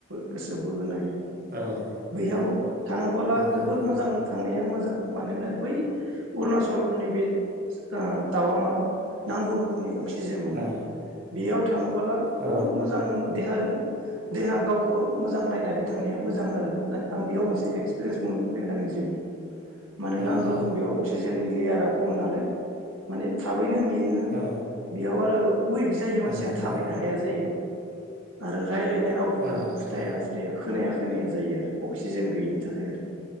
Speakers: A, on the right; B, on the right.
A: गोसो बोहोनोहायो
B: औ
A: बैयाव
B: नंगौ
A: थाङोबोला
B: नंगौ
A: जोबोर
B: नंगौ
A: मोजां थांनाया मोजां मानोना बै अअरुणाचलनि बे ओ टावांआव नांगौ रखोमनि अ क्सिजेन मोना
B: औ
A: बेयाव थाङोबोला बहुद
B: औ
A: मोजां बेहाय देहा गावखौ मोजां नायनानै थांनाया मोजां आरो आं बेयाव मोनसे एक्सपिरेन्स मोनबोबाय आ आंनि जिउआव । माने
B: औ
A: नांगौ
B: औ
A: रखोम बेयाव अक क्सिजेननि लेयारा कम नालाय माने थाबैनो मेङो
B: औ
A: बेयाव आरो उइक जायो मानसिया
B: बेनो
A: थाबायनो हाया जायो । आरो रायलाय रावफोरा
B: आदसा
A: फुथाया फुथाया खोनाया खोनाया जायो आरो अक्सिजेन गैयिनि थाखाय आरो ।